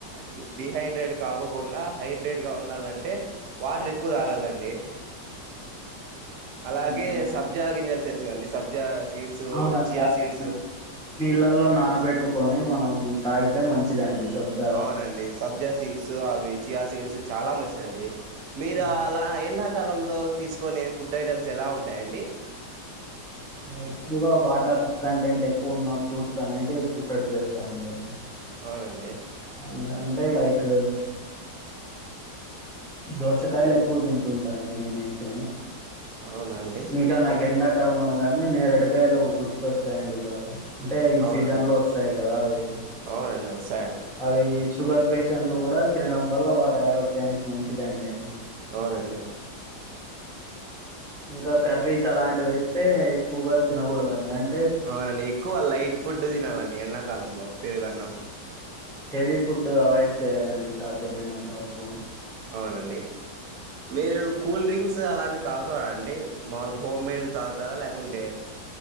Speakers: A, on the right (about 75°); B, in the centre.
A: డి డిహైడ్రేట్ కాకోకుండా హైడ్రేట్ గా ఉండాల అంటే వాటర్ ఎక్కువ తాగాలండి.. అలాగే
B: అవునండి
A: సబ్జా గింజలు తెలుసు కదండి సబ్జా సీడ్స్
B: అవునండి
A: చీయా
B: అవి
A: సీడ్స్
B: నీళ్ళల్లో నానబెట్టుకొని మనం తాగితే మంచిదండి. సబ్జా
A: అవునండి. సబ్జా సీడ్స్ అవి చీయా సీడ్స్ చాలా మంచిదండి. మీరు
B: అవును
A: అలా ఎండా కాలంలో తీసుకొనే ఫుడ్ ఐటెమ్స్ ఎలా ఉంటాయండి.
B: నేను ఎక్కువగా వాటర్ కంటెంట్ ఎక్కువున్న ఫ్రూట్స్ అనేటివి ప్రిఫర్డ్ చేస్తా అండి.
A: అవునండి.
B: అండ్ అంటే లైక్ దోసకాయలు ఎక్కువ తింటుంటా అండి నేనైతే
A: అవునా అండి
B: ఇంకా నాకేండాకాల మనగానే నేరడుకాయలు గుర్తొస్తాయండి బాగా అంటే ఈ
A: అవునండి
B: సీజన్లో వస్తాయి కదా అవి
A: అవునండి వస్తాయండి
B: అవీ షుగర్ పేషెంట్లు కూడా తినడం వల్ల వారి ఆరోగ్యానికి మంచిదండి.
A: అవునండి.
B: ఇంకా కర్రీస్ అలాంటివైతే ఎక్కువగా తినకూడదండి అంట్
A: అవునండి. ఎక్కువ లైట్ ఫుడ్ తినాలండి ఎండాకాలంలో పెరుగన్నం.
B: హెవీ ఫుడ్ అవాయిడ్ చేయాలండి సాధ్యమైనంత వరకు.
A: అవునండి. మీరు కూల్ డ్రింక్స్ అలాంటివి తాగుతారా అండి. మాములుగా హోమ్మేడ్ తాగుతారా ల్యాకుంటే